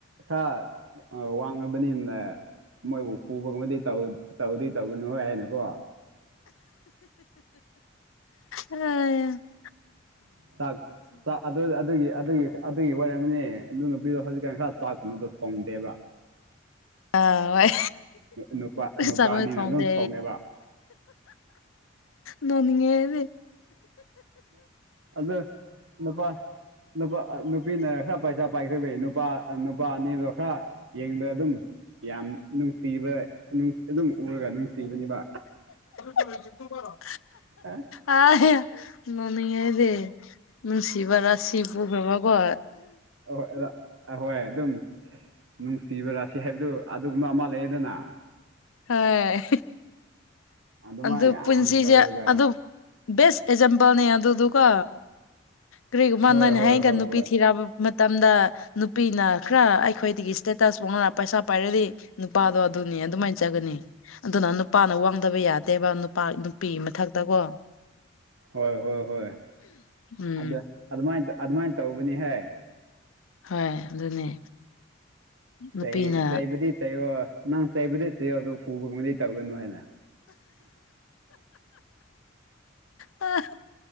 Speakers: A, on the right; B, on the left.
A: ꯈꯔ ꯋꯥꯡꯉꯥꯕꯅꯤꯅ ꯃꯣꯏꯕꯨ ꯄꯨꯕꯒꯨꯝꯕꯗꯤ ꯇꯧꯗꯤ ꯇꯧꯒꯅꯨ ꯍꯣꯏ ꯍꯥꯏꯅꯀꯣ
B: ꯑ <unintelligible>
A: ꯊꯥꯛ <inaudible> <unintelligible> ꯑꯗꯨ ꯑꯗꯨꯒꯤ ꯑꯗꯨꯒꯤ ꯑꯗꯨꯒꯤ ꯑꯣꯏꯝꯅꯤ ꯑꯗꯨ ꯅꯨꯄꯤꯗꯣ ꯍꯧꯖꯤꯛꯀꯥꯟ ꯈꯔ ꯆꯥꯛꯇꯕꯗꯣ ꯊꯣꯡꯗꯦꯕ
B: ꯑꯥ ꯍꯣꯢ
A: ꯅꯨꯄꯥ ꯅꯨꯄꯥꯅꯤꯅ
B: ꯆꯥꯛꯜꯣꯏ ꯊꯣꯡꯗꯦ
A: ꯑꯗꯨꯝ ꯊꯣꯡꯉꯦꯕ
B: ꯅꯣꯅꯤꯡꯉꯦ ꯑꯩꯗꯤ
A: ꯑꯗꯨ ꯅꯨꯄꯥ ꯅꯨꯄꯥ ꯅꯨꯄꯤꯅ ꯈꯔ ꯄꯩꯁꯥ ꯄꯥꯏꯈꯈꯤꯕꯩ ꯅꯨꯄꯥ ꯅꯨꯄꯥ ꯑꯅꯤꯗꯣ ꯈꯔ ꯌꯦꯡꯗꯔ ꯑꯗꯨꯝ ꯌꯥꯝ ꯅꯨꯡꯁꯤꯕ ꯑꯗꯨꯝ ꯎꯔꯒ ꯅꯨꯡꯁꯤꯕꯅꯤꯕ
B: ꯨꯡ ꯀꯣ <unintelligible>
A: ꯑ
B: ꯑ ꯃꯃꯤꯍꯥꯏꯗꯤ ꯅꯨꯡꯁꯤꯕꯔꯥꯁꯤꯕꯨꯔꯈ꯭ꯔꯕꯀꯣ
A: ꯑꯍꯣꯏ ꯑꯍꯣꯏ ꯑꯗꯨꯝ ꯅꯨꯡꯁꯤꯕꯔꯥꯁꯤ ꯍꯥꯏꯕꯗꯨ ꯑꯗꯨꯒꯨꯝꯕ ꯑꯃ ꯂꯩꯌꯦꯗꯅ
B: ꯍꯣꯏ
A: ꯑꯗꯨꯃꯥꯏꯅ
B: ꯑꯗꯨ ꯄꯨꯟꯁꯤꯁꯦ
A: ꯌꯥꯝ ꯇꯧꯔꯒ
B: ꯑꯗꯨꯝ ꯕꯦꯁ ꯑꯦꯛꯖꯥꯝꯄꯜꯅꯦ ꯑꯗꯨꯗꯨꯀꯣ ꯀꯔꯤꯒꯨꯝꯕ
A: ꯍꯣꯏ
B: ꯅꯣꯏꯅ
A: ꯍꯣꯏ
B: ꯍꯥꯏꯌꯦ
A: ꯍꯣꯏ
B: ꯀꯥꯟꯗ
A: ꯍꯣꯏ
B: ꯅꯨꯄꯤ ꯊꯤꯔꯛꯕ ꯃꯇꯝꯗ ꯅꯨꯄꯤꯅ ꯈꯔ ꯑꯩꯈꯣꯏꯗꯒꯤ ꯏꯁꯇꯦꯇꯁ ꯋꯥꯡꯂ ꯄꯩꯁꯥ ꯄꯥꯏꯔꯗꯤ ꯅꯨꯄꯥꯗꯣ ꯑꯗꯨꯅꯤ ꯑꯗꯨꯃꯥꯏꯅ ꯆꯠꯆꯒꯅꯤ ꯑꯗꯨꯅ ꯅꯨꯄꯥꯅ ꯋꯥꯡꯗꯕ ꯌꯥꯗꯦꯕ ꯅꯨꯄꯥ ꯅꯨꯄꯤ ꯃꯊꯛꯇ ꯀꯣ
A: ꯍꯣꯏ ꯍꯣꯏ ꯍꯣꯏ
B: ꯎꯝ
A: ꯑꯗ ꯑꯗꯨꯃꯥꯏꯅ ꯑꯗꯨꯃꯥꯏꯅ ꯇꯧꯕꯅꯤꯍꯦ
B: ꯍꯣꯏ ꯑꯗꯨꯅꯦ ꯅꯨꯄꯤꯅ
A: ꯆꯩ ꯆꯩꯕꯗꯤ ꯆꯩꯌꯣ ꯅꯪ ꯆꯩꯕꯗꯤ ꯆꯩꯌꯣꯑꯗꯨ ꯐꯨ ꯄꯨꯕꯒꯨꯝꯕꯗꯤ ꯇꯧꯒꯅꯨ ꯍꯥꯏꯅ
B: ꯑ